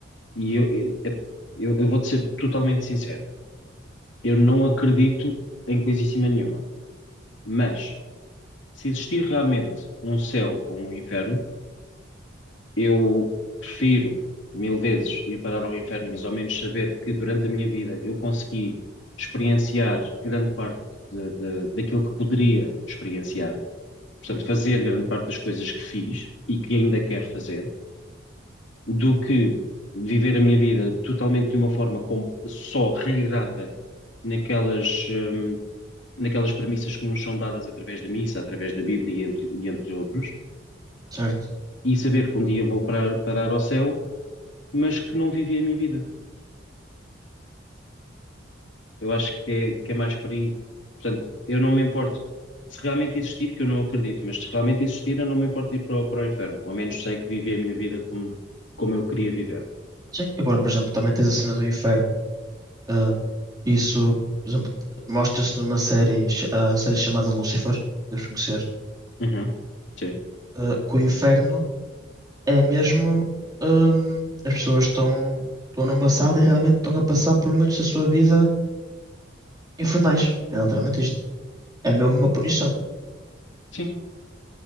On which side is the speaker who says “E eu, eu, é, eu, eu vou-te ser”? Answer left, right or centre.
Left